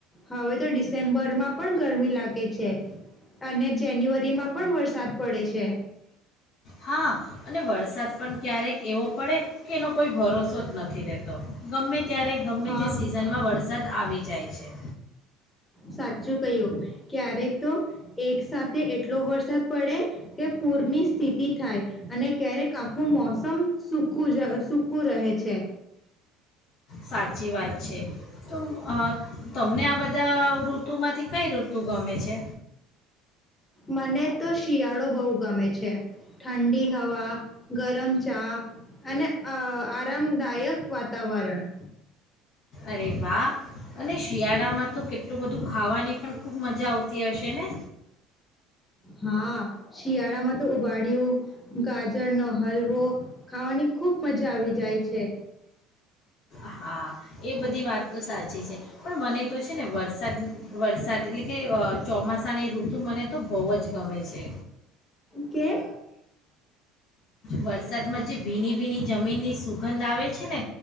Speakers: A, on the left; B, on the left.
A: હવે તો ડિસેમ્બર માં પણ ગરમી લાગે છે અને જાન્યુઆરીમાં પણ વરસાદ પડે છે.
B: હા અને વરસાદ પણ ક્યારેક એવો પડે કે એનો કોઈ ભરોસો જ નથી. તો ગમે ત્યારે ગમે
A: હા
B: તે સિઝનમાં વરસાદ આવી જાય છે.
A: સાચું કહ્યું ક્યારેક તો એક સાથે એટલો વરસાદ પડે કે પૂરની સ્થિતિ થાય અને ક્યારેક આખું મોસમ સકું જ સૂકું રહે છે.
B: સાચી વાત છે તો અ તમને આ બધા ઋતુમાંથી કઈ ઋતુ ગમે છે.
A: મને તો શિયાળો બહુ ગમે છે ઠંડી હવા ગરમ ચા અને આરામદાયક વાતાવરણ
B: અરે વાહ અને શિયાળામાં તો કેટલું બધું ખાવાની પણ ખૂબ મજા આવતી હશે ને.
A: હા શિયાળામાં તો ઉબાડિયું ગાજરનોો હલવો ખાવાની ખુબ મજા આવી જાય છે.
B: હા એ બધી વાત તો સાચી છે. પણ મને તો છે ને વરસાદ વરસાદ એટલે કે ચોમાસાની ઋતુ મને તો બહુ જ ગમે છે.
A: કેમ
B: વરસાદમાં જે ભીની ભીની જમીનની સુગંધ આવે છે ને